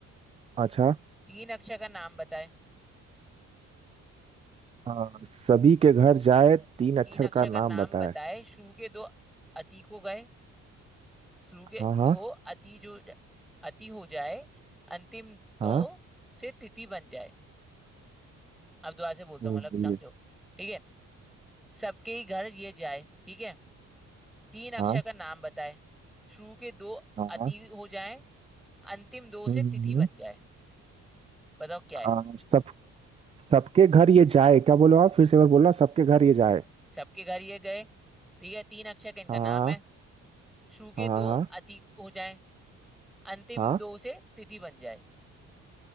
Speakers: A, on the right (about 20°); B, in the centre.
A: अच्छा
B: तीन अक्षर का नाम बताए
A: आ, सभी के घर जाए तीन
B: तीन
A: अक्षर
B: अक्षर
A: का नाम
B: का नाम
A: बताए
B: बताए शुरू के दो अति को गए शुरू के
A: हाँ हाँ
B: दो अति जो अति हो जाए अंतिम तो
A: हाँ
B: से तिथि बन जाए अब दोबारा से बोलता
A: ओ
B: हूँ मतलब
A: भाई
B: समझो
A: ये
B: ठीक है सबके ही घर ये जाए ठीक है तीन अक्षर
A: हाँ
B: का नाम बताए शुरू के दो
A: हाँ
B: अति
A: हाँ
B: हो जाएं अंतिम दो
A: हम्म
B: से
A: हम्म,
B: तिथि बन
A: हम्म।
B: जाए बताओ क्या है
A: आ, सब सबके घर ये जाए क्या बोलो आप फिर से एक बार बोलना सबके घर ये जाए
B: सबके घर ये गए ठीक है तीन अक्षर का इनका
A: हाँ
B: नाम है शुरू
A: हाँ
B: के
A: हाँ
B: दो
A: हाँ
B: अति हो जाएं अंतिम
A: हाँ।
B: दो से तिथि बन जाए